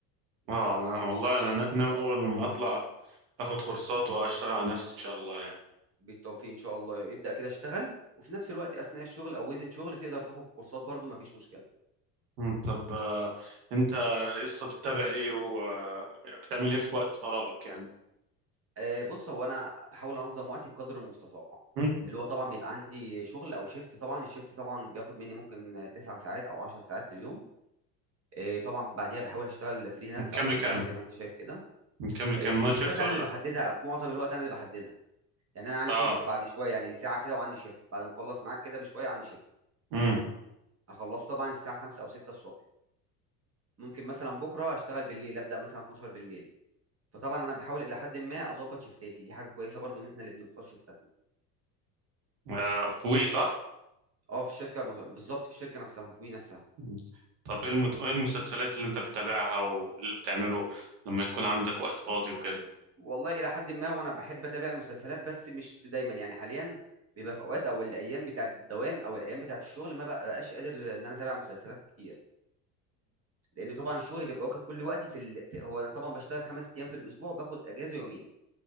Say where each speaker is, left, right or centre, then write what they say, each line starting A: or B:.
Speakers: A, on the right (about 75°); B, on the right (about 30°).
A: اه انا والله انا نا- ناوي اول لما اطلع اخد كورسات واشتغل على نفسي ان شاء الله يعني
B: بالتوفيق ان شاء الله ابدا كده اشتغل وفي نفس الوقت اثناء الشغل او وزن شغل تقدر تاخد كورسات برضو مفيش مشكله
A: مم، طب آه، انت لسه بتتابع ايه وبتعمل ايه في وقت فراغك يعني
B: آه، بص هو انا بحاول انظم وقتي بقدر المستطاع
A: مم،
B: اللي هو طبعا بيبقى عندي شغل او شيفت طبعا الشيفت طبعا بياخد مني ممكن 9 ساعات او 10 ساعات في اليوم آه، طبعا بعديها بحاول اشتغل فريلانس
A: من كام
B: او
A: لكام
B: اونلاين زي ما انت شايف كده
A: من كام لكام
B: آه، الشيفتات
A: نايت شيفت ولا
B: انا اللي بحددها في معظم الوقت انا اللي بحددها يعني انا عندي
A: اه
B: شيفت بعد شويه يعني ساعه كده وعندي شيفت بعد ما اخلص معاك كده بشويه عندي شيفت
A: امم
B: هخلصه طبعا الساعه 5 او 6 الصبح ممكن مثلا بكره اشتغل بالليل ابدا مثلا 12 بالليل فطبعا انا بحاول الى حد ما اظبط شيفتاتي دي حاجه كويسه برضو ان احنا اللي بنختار شيفتاتنا
A: آه، في وي صح
B: آه، في الشركة المص بالضبط في الشركة نفسها، في وي نفسها.
A: مم. طب ايه المت... ايه المسلسلات اللي انت بتتابعها واللي بتعمله لما يكون عندك وقت فاضي وكده
B: والله إلى حدٍ ما وأنا باحب أتابع المسلسلات بس مش في دايمًا، يعني حاليًا بيبقى في أوقات أو الأيام بتاعة الدوام أو الأيام بتاعة الشغل ما بابقاش قادر إن أنا أتابع مسلسلات كتير، لإن طبعًا الشغل بيبقى واخد كل وقتي في ال في هو أنا طبعًا باشتغل 5 أيام في الأسبوع وباخد إجازة يومين